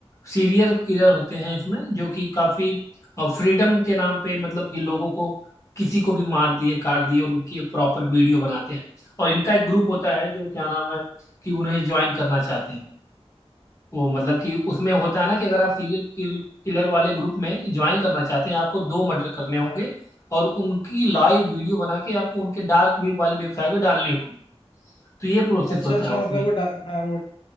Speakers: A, on the left; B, on the left.
A: सीरियल किलर होते हैं इसमें जो कि काफी फ्रीडम के नाम पे मतलब कि लोगों को किसी को भी मार दिए काट दिए और उनकी एक प्रॉपर वीडियो बनाते हैं और इनका एक ग्रुप होता है जो क्या नाम है कि उन्हें ज्वाइन करना चाहते हैं वो मतलब कि उसमें होता है ना कि अगर आप सीरियल किलर वाले ग्रुप में ज्वाइन करना चाहते हैं आपको दो मर्डर करने होंगे और उनकी लाइव वीडियो बना के आपको उनके डार्क वेब वाली वेबसाइट पे डालनी होगी तो ये प्रोसेस
B: अच्छा
A: होता
B: अच्छा
A: है उसमें
B: मतलब वो डा- हाँ वो